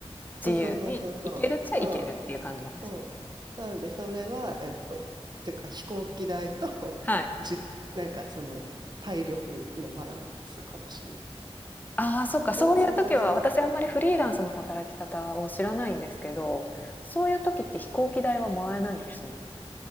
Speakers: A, on the right; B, on the left.
A: そうそうそうそうそう。
B: 自由に行けるっちゃ行けるっていう感じなんですね。
A: そうそう。なので、それは、えっと、てか飛行機代と、
B: はい。
A: <laughs> じ、なんかその、体力のバランスかもしれない。
B: ああ、そっか、そういう時は私あんまりフリーランスの働き方を知らないんですけど、
A: で、そうそうそう。
B: そういう時って飛行機代はもらえないんですね。